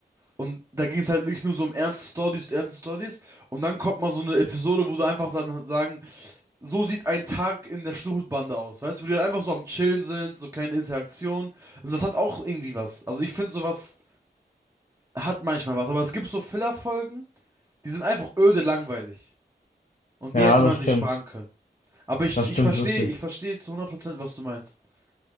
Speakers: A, on the right; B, on the left.
A: Und da ging es halt wirklich nur so um ernste Stories, ernste Stories. Und dann kommt mal so eine Episode, wo du einfach dann sagen so sieht ein Tag in der Stuhlbande aus, weißt du, wo die dann einfach so am Chillen sind, so kleine Interaktionen. Und das hat auch irgendwie was. Also ich finde, sowas hat manchmal was, aber es gibt so Filler-Folgen, die sind einfach öde langweilig. Und
B: Ja,
A: die hätte
B: das
A: man sich
B: stimmt.
A: sparen können. Aber ich,
B: Das
A: ich
B: stimmt
A: verstehe,
B: wirklich.
A: ich verstehe zu 100%, was du meinst. <coughs>